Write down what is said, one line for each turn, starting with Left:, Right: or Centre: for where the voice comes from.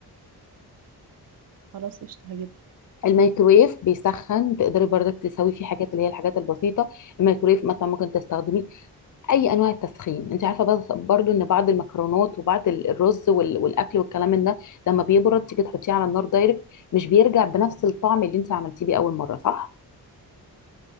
Right: خلاص قشطه هجيبها
Left: الميكرويف بيسخن تقدري برضك تسوي فيه حاجات اللي هي الحاجات البسيطه الميكرويف مثلا ممكن تستخدمي اي انواع التسخين انت عارفه بس برضو ان بعض المكرونات وبعض ال- الرز وال- والاكل والكلام من ده لما بيبرد تيجي تحطيه على النار دايركت مش بيرجع بنفس الطعم اللي انت عملتيه بيه اول مره صح